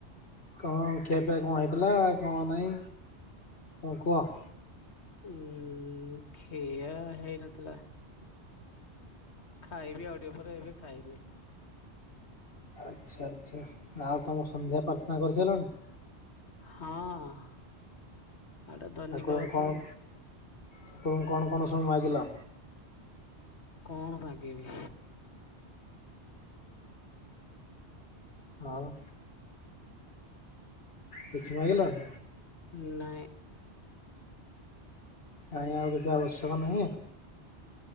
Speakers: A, on the left (about 55°); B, on the left (about 75°).
A: କଣ ଖିଆ ପିଆ କଣ ହେଇଥିଲା କଣ ନାଇଁ କଣ କୁହ।
B: ଉୁଁ ଖିଆ ହେଇନଥିଲା। ଖାଇବି ଆଉ ଟିକେ ପରେ ଏବେ ଖାଇନି।
A: ଆଚ୍ଛା ଆଚ୍ଛା ଆଉ ତମ ସନ୍ଧ୍ୟା ପ୍ରାର୍ଥନା କରିସାରିଲଣି।
B: ହଁ। ଆଉଟା ଧନିକ
A: ଠାକୁରଙ୍କୁ
B: କଥା
A: କଣ ଠାକୁରଙ୍କୁ କଣ କଣ ସବୁ ମାଗିଲ।
B: କଣ ମାଗିବି?
A: ଆଉ। କିଛି ମାଗିଲନି।
B: ନାଇଁ।
A: କାଈ ଆଉ କିଛି ଆବଶ୍ୟକ ନାହିଁ।